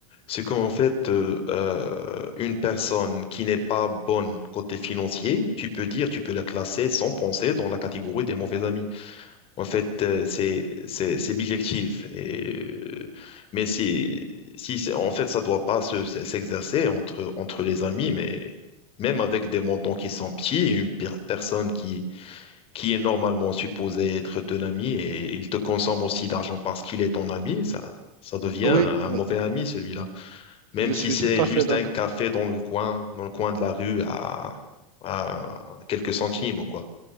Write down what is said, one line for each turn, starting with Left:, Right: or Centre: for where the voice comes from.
Left: c'est qu'en fait, euh, euh, une personne qui n'est pas bonne côté financier, tu peux dire, tu peux la classer sans penser dans la catégorie des mauvais amis. En fait, euh, c'est c'est c'est bijectif. Et euh, mais si si c'est- en fait, ça doit pas se se- s'exercer entre entre les amis, mais même avec des montants qui sont petits, une per- personne qui qui est normalement supposé être ton ami et il te consomme aussi d'argent parce qu'il est ton ami, ça, ça devient
Right: oui,
Left: un
Right: oui,
Left: mauvais ami, celui-là. Même
Right: je
Left: si
Right: suis
Left: c'est
Right: tout à
Left: juste
Right: fait d'accord.
Left: un café dans le coin, dans le coin de la rue à, à quelques centimes ou quoi.